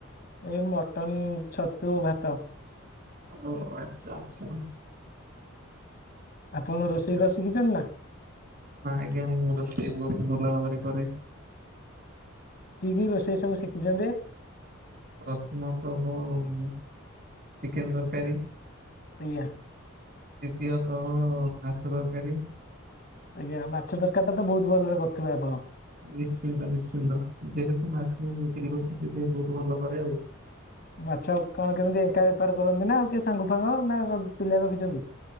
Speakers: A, on the left; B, on the right.
A: ଏଇ ମଟନ ଛତୁ ଭାତ
B: ଓ ଆଚ୍ଛା ଆଚ୍ଛା
A: ଆପଣ ରୋଷେଇ କରି ଶିଖିଛନ୍ତି ନା
B: ହଁ ଆଜ୍ଞା ମୁଁ ରୋଷଇ ବହୁତ ଭଲ ଭାବରେ କରେ
A: କି କି ରୋଷେଇ ସବୁ ଶିଖିଛନ୍ତି
B: ପ୍ରଥମତଃ ଉ ଚିକେନ ତରକାରୀ
A: ଆଜ୍ଞା
B: ଦ୍ୱିତୀୟତଃ ମାଛ ତରକାରୀ
A: ଆଜ୍ଞା ମାଛ ତରକାରି ଟା ତ ବହୁତ ଭଲରେ କରିଥିବେ ଆପଣ
B: ନିଶ୍ଚିନ୍ତ ନିଶ୍ଚିନ୍ତ ଯେହେତୁ ମାଛ ମୁଁ ବିକ୍ରି କରୁଛି ସେଥିପାଇଁ ବହୁତ ଭଲ କରେ ଆଉ
A: ମାଛ କଣ କେମିତି ଏକା ବେପାର କରନ୍ତି ନା ଆଉ କିଏ ସାଙ୍ଗ ଫାଙ୍ଗ ନା ପିଲା ରଖିଛନ୍ତି